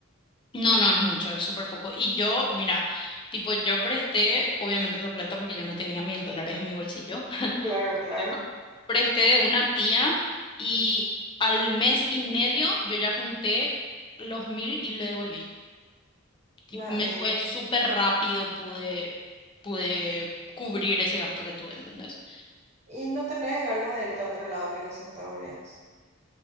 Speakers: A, on the left; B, on the right.
A: No, no, es mucho, es súper poco. Y yo, mira, tipo, yo presté, obviamente esa plata porque yo no tenía mil dólares en mi bolsillo, <laughs>
B: Claro, claro.
A: presté de una tía y al mes y medio yo ya junté los mil y le devolví. Ti-
B: Maena.
A: Me fue súper rápido, pude, pude cubrir ese gasto que tuve, ¿entendés?
B: ¿Y no tenés ganas de irte a otro lado que no sea Estados Unidos?